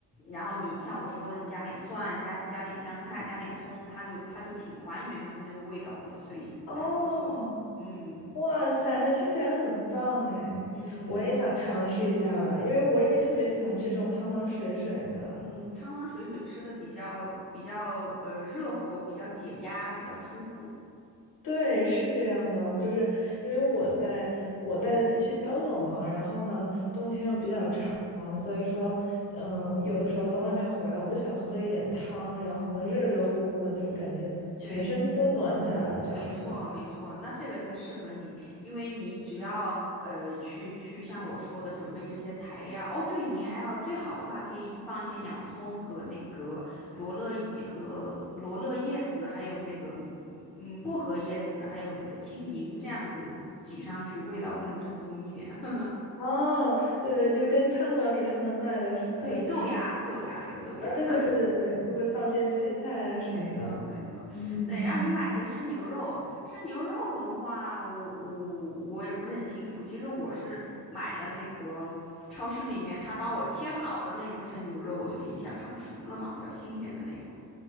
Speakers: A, on the left; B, on the left.
A: 然后你像我说的，你加点蒜，加加点香菜，加点葱，它就它就挺还原出那个味道的，所以还不错，
B: 哦。
A: 嗯
B: 哇塞，那听起来很棒哎！
A: 嗯。
B: 我也想尝试一下了，因为我也特别喜欢吃这种汤汤水水的。
A: 嗯，汤汤水水吃的比较比较呃热乎，比较解压，比较舒服。
B: 对，是这样的，我就是因为我在我在的地区比较冷嘛，然后呢，冬天又比较长，所以说，嗯，有的时候从外面回来，我就想喝一点汤，然后呢，热热乎乎的，就感觉全身都暖起来了，
A: 嗯，对，
B: 这样子。
A: 没错没错，那这个才适合你，因为你只要呃去去像我说的准备这些材料。哦，对，你还要最好的话可以放一些洋葱和那个罗勒叶和罗勒叶子，还有那个嗯薄荷叶子，还有那个青柠这样子挤上去，味道更正宗一点。<laughs>
B: 哦，对对，就跟餐馆里他们卖的是呃，
A: 对，
B: 就是
A: 豆芽豆芽还有豆芽。
B: 啊，对对对对对，就会放这些配菜啊什么的。
A: 没错，没错，
B: 嗯，
A: 对，让你买些生牛肉，生牛肉的话，我我我也不是很清楚。其实我是买了那个超市里面他帮我切好的那种生牛肉，我就可以一下烫熟了嘛，比较新鲜的那种。